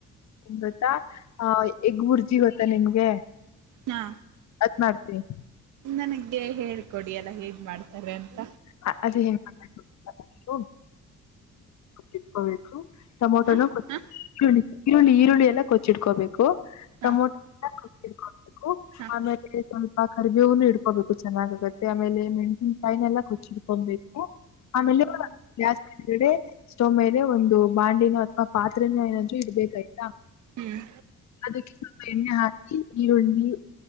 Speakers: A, on the left; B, on the right.
A: ಗೊತ್ತಾ ಆ ಎಗ್ ಬುರ್ಜಿ ಗೊತ್ತಾ ನಿಮ್ಗೆ?
B: ಹಾ
A: ಅದ ಮಾಡ್ತೀನೀ.
B: ನನಗೆ ಹೇಳ್ಕೊಡಿ ಅಲಾ ಹೇಗ್ ಮಾಡ್ತಾರೆ ಅಂತ.
A: <unintelligible> ಇಟ್ಕೋಬೇಕು ಟೊಮೊಟೋನ
B: ಹ ಹ
A: ಈರುಳ್ಳಿ ಈರುಳ್ಳಿ ಎಲ್ಲಾ ಕೊಚ್ಚಿಡ್ಕೋಬೇಕು. ಟಮೊಟೋ
B: ಹ
A: ಎಲ್ಲಾ ಕೊಚಿಟ್ಕೋಬೇಕು
B: ಹ
A: ಆಮೇಲೆ. ಸ್ವಲ್ಪ ಕರ್ಬೇವನು ಇಡ್ಕೋಬೇಕು ಚೆನ್ನಾಗಾಗತ್ತೆ ಆಮೇಲೆ ಮೆಣಸಿನಕಾಯಿನಾ ಎಲ್ಲಾ ಕೊಚ್ಚಿಡ್ಕೊಬೇಕ. ಆಮೇಲೆ ಗ್ಯಾಸ್ಡೆ ಸ್ಟೋ ಮೇಲೆ ಒಂದು. ಬಾಂಡೆನೋ ಅಥವಾ ಪಾತ್ರೆನೋ ಏನಾದೂ ಇಡ್ಬೇಕಾಯ್ತಾ
B: ಹ್ಮ್
A: ಅದಕೆ. ಎಣ್ಣೆ ಹಾಕಿ ಈರುಳ್ಳಿ